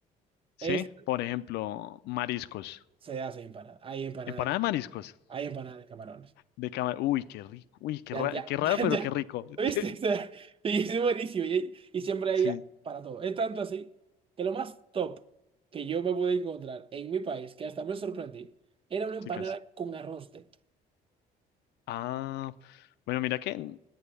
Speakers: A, on the left; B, on the right.
A: Sí.
B: Es,
A: Por ejemplo, mariscos.
B: se hace en empanada. Hay empanada
A: Empanada
B: de,
A: de mariscos.
B: hay empanada de camarones.
A: de cámara. Uy, qué rico. Uy, qué,
B: Ya,
A: ra-
B: ya,
A: qué raro,
B: <laughs> ya,
A: pero
B: ya.
A: qué rico. <laughs>
B: ¿Viste?
A: Te-
B: O sea, y es buenísimo. Y, y siempre hay
A: Sí,
B: para todo. Es tanto así que lo más top que yo me pude encontrar en mi país, que hasta me sorprendí, era una empanada
A: sí, casi.
B: con arroz dentro.
A: Ah, bueno, mira que n-